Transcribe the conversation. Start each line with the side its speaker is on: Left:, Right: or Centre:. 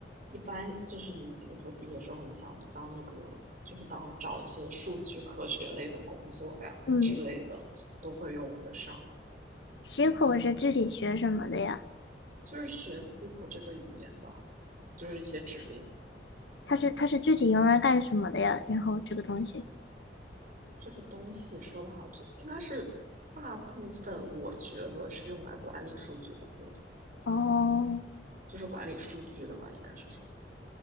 Right: 一般就是你比如说毕业之后，你想当一个就是当找一些数据科学类的工作呀之类的，
Left: 嗯
Right: 都会用得上，
Left: ，C 口是具体学什么的呀？
Right: 就是学 SQL 这个语言吧，就是一些指令。
Left: 它是它是具体用来干什么的呀？然后这个东西
Right: 这个东西说的好，这应该是大部分我觉得是用来管理数据库的，
Left: 哦，
Right: 就是管理数据的吧，应该是说，